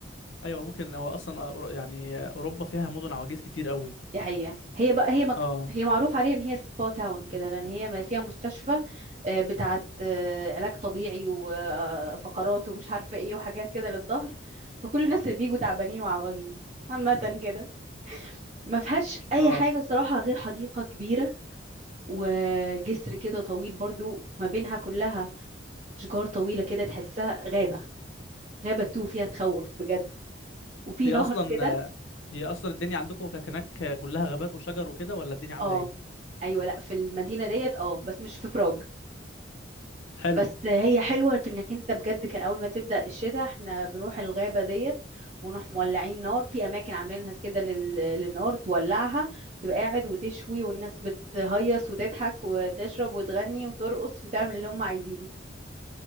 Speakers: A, on the left; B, on the right.
A: ايوه ممكن هو اصلا أ- أورو- يعني اوروبا فيها مدن عواجيز كتير قوي
B: <laughs> دي حقيقه هي بقى هي مك...
A: اه
B: هي معروف عليها ان هي سبا تاون كده لان هي ما فيها مستشفى آه، بتاعت آه، علاج طبيعي وفقرات ومش عارفه ايه وحاجات كده للظهر فكل الناس اللي بيجوا تعبانين وعواجيز عامه كده ما فيهاش اي
A: اه
B: حاجه صراحه غير حديقه كبيره وجسر كده طويل برضو ما بينها كلها شجار طويلة كده تحسها غابة غابة تو فيها تخوف بجد وفي
A: هي
B: نهر
A: اصلا
B: كده
A: هي اصلا الدنيا عندكم كانت هناك كلها غابات وشجر وكده ولا الدنيا عامله
B: اه
A: ايه
B: ايوه لا في المدينة ديت اه بس مش في براغ
A: حلو
B: بس هي حلوة في انك انت بجد كان اول ما تبدأ الشتاء احنا بنروح الغابة ديت ونروح مولعين نار في اماكن عاملينها كده لل... للنار تولعها وتبقى قاعد وتشوي والناس بتهيص وتضحك وتشرب وتغني وترقص وتعمل اللي هم عايزينه